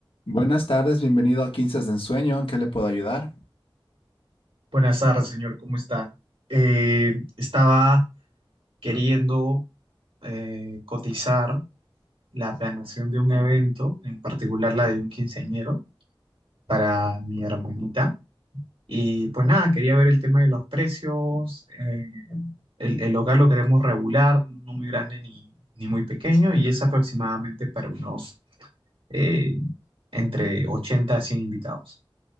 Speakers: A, on the left; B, on the right.
A: Buenas tardes, bienvenido a 15 de Ensueño, ¿en qué le puedo ayudar?
B: Buenas tardes, señor, ¿cómo está? Eh, estaba queriendo eh, cotizar la planeación de un evento, en particular la de un quinceañero, para mi hermanita. Y pues nada, quería ver el tema de los precios. eh, el, el local lo queremos regular, no muy grande ni, ni muy pequeño, y es aproximadamente para unos eh, entre 80 a 100 invitados.